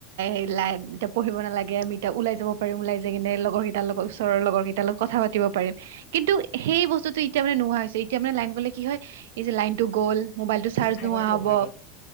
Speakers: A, on the right; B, on the left.
A: এই লাইট, এতিয়া পঢ়িব নালাগে। আমি এতিয়া ওলাই যাব পাৰিম। ওলাই যায় কিনে লগ লগৰ কেইটাৰ লগত, ওচৰৰ লগৰ কেইটাৰ লগত কথা পাতি পাৰিম। কিন্তু সেই বস্তুতটো এতিয়া মানে নোহোৱা হৈছে। এতিয়া মানে লাইন গ'লে কি হয়। এতিয়া লাইনটো গ'ল। মোবাইলটো চাৰ্জ
B: এই ফাইবাৰটো
A: নোহোৱা হ'ব।
B: অফ হৈ গ'ল